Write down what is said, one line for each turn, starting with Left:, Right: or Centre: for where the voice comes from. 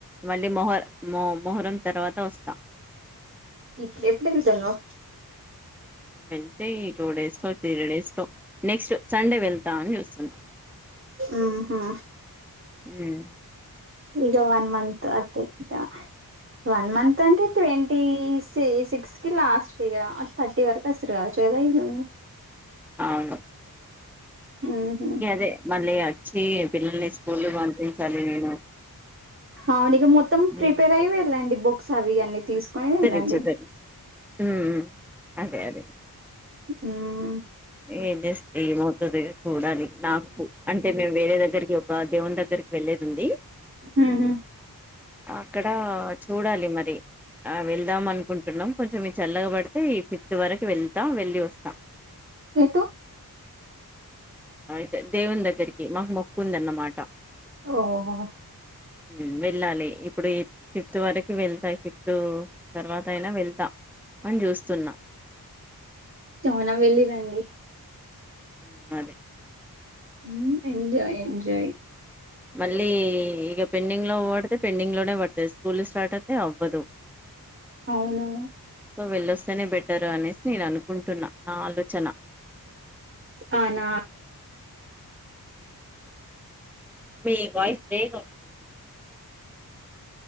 Centre: మళ్ళీ మొహ మో మొహరం తర్వాత వస్తా
Right: ఇప్పుడ్ ఎప్పుడు వెళ్తున్నావ్
Centre: వెళ్తే ఈ టూ డేస్ లో త్రీ డేస్ లో నెక్స్ట్ సండే వెళ్తా అని చూస్తున్నాం
Right: ఆహా
Centre: హ్మ్
Right: ఇగ వన్ మంత్ అంటే వన్ మంత్ అంటే ట్వంటీ సె సిక్స్ కి లాస్ట్ ఇగ థర్టీ వరకు వస్తారుగా చేదై ను
Centre: అవును
Right: ఉహు
Centre: అదే మళ్ళీ వచ్చి పిల్లల్ని స్కూల్ కి పంపించాలి నేను.
Right: అవును. ఇక మొత్తం
Centre: ఉ
Right: ప్రిపేర్ అయి వెళ్ళండి బుక్స్ అవి అన్నీ తీసుకొని వెళ్ళండి
Centre: తిరిచ దరి మ్ మ్హ్ అంతే అదే
Right: మ్
Centre: ఏం చేస్తే ఏమవుతా ది చూడాలి. నాకు అంటే మేము వేరే దగ్గరికి ఒక దేవుని దగ్గరకి వెళ్ళేది ఉంది.
Right: మ్ హూ
Centre: అక్కడ చూడాలి మరి. ఆ వెళ్దాం అనుకుంటున్నాం. కొంచెం చల్లగబడితే ఈ ఫిఫ్త్ వరకు వెళ్తాం. వెళ్ళి వస్తాం.
Right: ఎటు
Centre: అయితే దేవుని దగ్గరికి మాకు మొక్కుందన్నమాట.
Right: ఓహో
Centre: మ్ వెళ్ళాలి. ఇప్పుడు ఈ ఫిఫ్త్ వరకు వెళ్తా. ఫిఫ్త్ తర్వాత అయినా వెళ్తా అని చూస్తున్న.
Right: త్వరగా వెళ్ళిరండి.
Centre: హ్మ్ అదే
Right: మ్, ఎంజాయ్ ఎంజాయ్
Centre: మళ్ళీ ఇక పెండింగ్ లో పడితే పెండింగ్ లోనే పడుతాది. స్కూల్ స్టార్ట్ అయితే అవ్వదు.
Right: అవును
Centre: సో వెళ్ళొస్తేనే బెటరు అనేసి నేను అనుకుంటున్నా. నా ఆలోచన
Right: అవునా
Centre: మీ వాయిస్ బ్రేక్ అవుతుంది అండి.